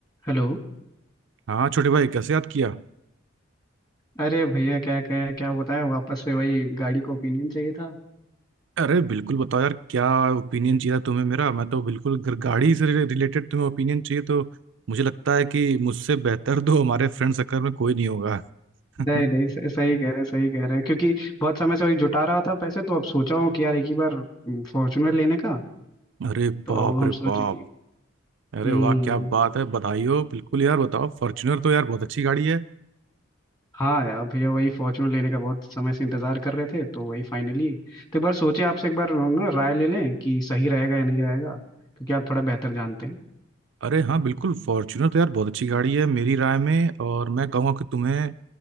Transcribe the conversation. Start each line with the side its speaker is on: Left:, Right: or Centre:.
Left: Hello
Right: हाँ छोटे भाई कैसे याद किया
Left: अरे भैया क्या कह क्या बताया वापस से वही गाड़ी को ओपिनियन चाहिए था
Right: अरे बिल्कुल बताओ यार क्या ओपिनियन चाहिए था तुम्हें मेरा मैं तो बिल्कुल अगर गाड़ी से रिलेटेड तुम्हें ओपिनियन चाहिए तो मुझे लगता है कि मुझसे बेहतर तो हमारे फ्रेंड सर्कल में कोई नहीं होगा <laughs>
Left: नहीं नहीं सही सही कह रहे हैं सही कह रहे हैं क्योंकि बहुत समय से वही जुटा रहा था पैसे तो अब सोचा हूँ कि यार एक ही बार फॉर्चुनर लेने का
Right: अरे
Left: तो
Right: बाप
Left: अब हम
Right: रे
Left: सोचे
Right: बाप
Left: कि
Right: अरे
Left: हम्म
Right: वाह क्या बात है बधाई हो बिल्कुल यार बताओ फॉर्च्यूनर तो यार बहुत अच्छी गाड़ी है
Left: हाँ यार भैया वही फॉर्चुनर लेने का बहुत समय से इंतजार कर रहे थे तो वही फाइनली तो एक बार सोचे आपसे एक बार हम ना राय ले लें कि सही रहेगा या नहीं रहेगा क्योंकि आप थोड़ा बेहतर जानते हैं
Right: अरे हाँ बिल्कुल फॉर्च्यूनर तो यार बहुत अच्छी गाड़ी है मेरी राय में और मैं कहूँगा कि तुम्हें